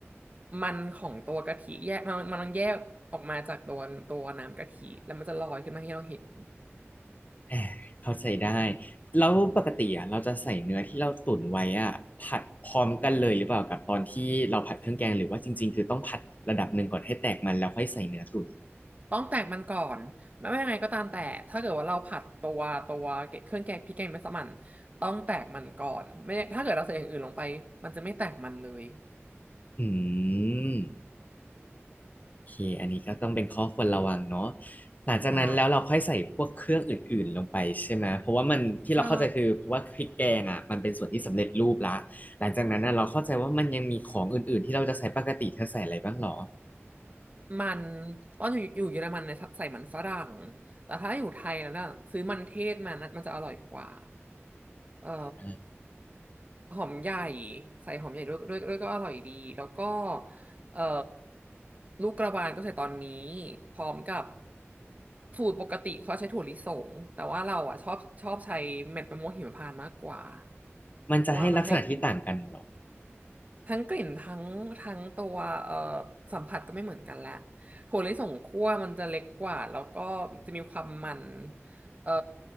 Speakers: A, on the right (about 35°); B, on the left (about 35°).
A: มันของตัวกะทิแยกมันมันต้องแยกออกมาจากตัวตัวน้ำกะทิแล้วมันจะลอยขึ้นมาให้เราเห็น
B: อ่าเข้าใจได้แล้วปกติอ่ะเราจะใส่เนื้อที่เราตุ๋นไว้อ่ะผัดพร้อมกันเลยหรือเปล่ากับตอนที่เราผัดเครื่องแกงหรือว่าจริงๆคือต้องผัดระดับหนึ่งก่อนให้แตกมันแล้วค่อยใส่เนื้อตุ๋น
A: ต้องแตกมันก่อนไม่ว่ายังไงก็ตามแต่ถ้าเกิดว่าเราผัดตัวตัวเครื่องแกงพริกแกงมัสมั่นต้องแตกมันก่อนไม่ถ้าเกิดเราใส่อย่างอื่นลงไปมันจะไม่แตกมันเลย
B: อืม โอเคอันนี้ก็ต้องเป็นข้อควรระวังเนาะหลังจากนั้นแล้วเราค่อยใส่พวกเครื่องอื่นๆลงไปใช่ไหมเพราะว่ามันที่เราเข้าใจคือเพราะว่าพริกแกงอ่ะมันเป็นส่วนที่สำเร็จรูปละหลังจากนั้นน่ะเราเข้าใจว่ามันยังมีของอื่นๆที่เราจะใส่ปกติเธอใส่อะไรบ้างหรอ
A: ใช่ใช่ มันตอนอยู่อยู่เยอรมันเนี่ยใส่มันฝรั่งแต่ถ้าอยู่ไทยแล้วเนี่ยซื้อมันเทศมานะมันจะอร่อยกว่าเอ่อ
B: อ่า
A: หอมใหญ่ใส่หอมใหญ่ด้วยด้วยด้วยก็อร่อยดีแล้วก็เอ่อลูกกระวานก็ใส่ตอนนี้พร้อมกับสูตรปกติเขาใช้ถั่วลิสงแต่ว่าเราอ่ะชอบชอบใช้เม็ดมะม่วงหิมพานต์มากกว่า
B: มันจะให้ลักษณะที่ต่างกันหรอ
A: เพราะว่ามันให้กลิ่น ทั้งกลิ่นทั้งทั้งตัวเอ่อสัมผัสก็ไม่เหมือนกันละถั่วลิสงคั่วมันจะเล็กกว่าแล้วก็จะมีความมันเอ่อ